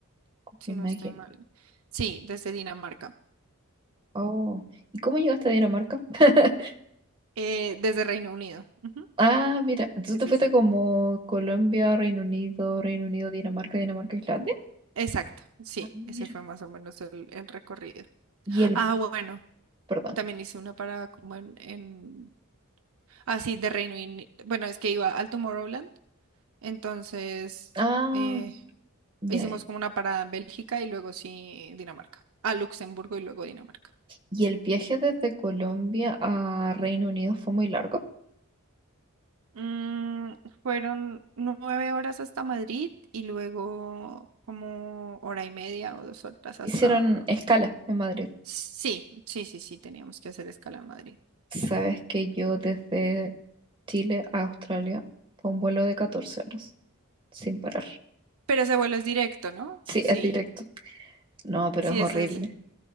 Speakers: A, on the right; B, on the right.
A: Copenhague.
B: si no estoy mal. Sí, desde Dinamarca.
A: Oh, ¿y cómo llegaste a Dinamarca? <laughs>
B: Eh, desde Reino Unido. Ujú,
A: Ah, mira, entonces
B: Ese
A: te fuiste
B: sí.
A: como Colombia, Reino Unido, Reino Unido, Dinamarca, Dinamarca, Islandia.
B: Exacto, sí,
A: Ah, mira.
B: ese fue más o menos el, el recorrido.
A: Y el,
B: Ah, bueno,
A: perdón.
B: también hice una parada como en, en... Ah, sí, de Reino Unido. Bueno, es que iba al Tomorrowland, entonces
A: Ah,
B: eh,
A: ya,
B: hicimos
A: ya.
B: como una parada en Bélgica y luego sí Dinamarca. A Luxemburgo y luego Dinamarca.
A: ¿Y el viaje desde Colombia a Reino Unido fue muy largo?
B: Mm, fueron nueve horas hasta Madrid y luego como hora y media o dos horas hasta...
A: Hicieron escala en Madrid.
B: Sí, sí, sí, sí, teníamos que hacer escala en Madrid.
A: Sabes que yo desde Chile a Australia fue un vuelo de 14 horas, sin parar.
B: Pero ese vuelo es directo, ¿no?
A: Sí,
B: Sí,
A: es directo. No, pero
B: sí,
A: es horrible.
B: ese es...